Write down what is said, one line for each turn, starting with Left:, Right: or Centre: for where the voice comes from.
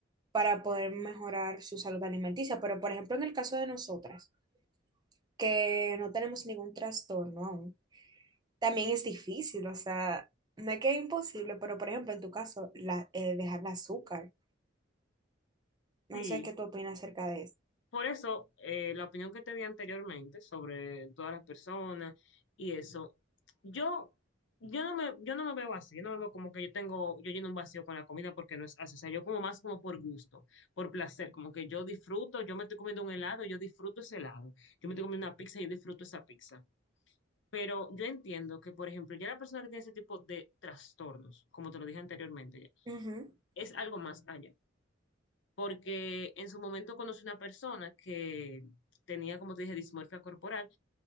Right: para poder mejorar su salud alimenticia. Pero, por ejemplo, en el caso de nosotras, que no tenemos ningún trastorno aún. También es difícil, o sea, no es que es imposible, pero por ejemplo, en tu caso, la, eh, dejar el azúcar. No
Left: Sí.
Right: sé qué tú opinas acerca de eso.
Left: Por eso, eh, la opinión que te di anteriormente sobre todas las personas y eso, yo, yo no me, yo no me veo así, yo no me veo como que yo tengo, yo lleno un vacío con la comida porque no es así, o sea, yo como más como por gusto, por placer, como que yo disfruto, yo me estoy comiendo un helado, yo disfruto ese helado, yo me estoy comiendo una pizza, yo disfruto esa pizza. Pero yo entiendo que, por ejemplo, ya la persona que tiene ese tipo de trastornos, como te lo dije anteriormente, ya,
Right: Ujú,
Left: es algo más allá porque en su momento conocí una persona que tenía, como te dije, dismorfia corporal